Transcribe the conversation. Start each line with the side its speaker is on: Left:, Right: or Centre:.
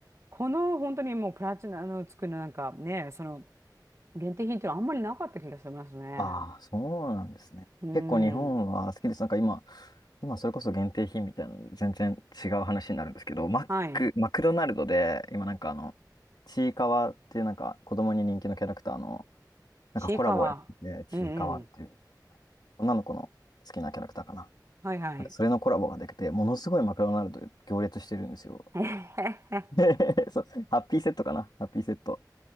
Right: この本当にもうプラチナのつくのなんかねその限定品っていうのはあんまりなかった気がしますね。
Left: ああ、そうなんですね。
Right: うん。
Left: 結構日本は好きです。なんか今、今それこそ限定品みたいなので全然違う話になるんですけど、マック、
Right: はい。
Left: マクドナルドで、今なんかあの、ちいかわっていうなんか子供に人気のキャラクターの、なんかコラボをやってて、
Right: ちいかわ。
Left: ちいかわっていう、
Right: うんうん。
Left: 女の子の好きなキャラクターかな。
Right: はいはい。
Left: なんかそれのコラボができて、ものすごいマクドナルド行列してるんですよ。
Right: <laughs> えへへ
Left: で <laughs> そう、ハッピーセットかなハッピーセット。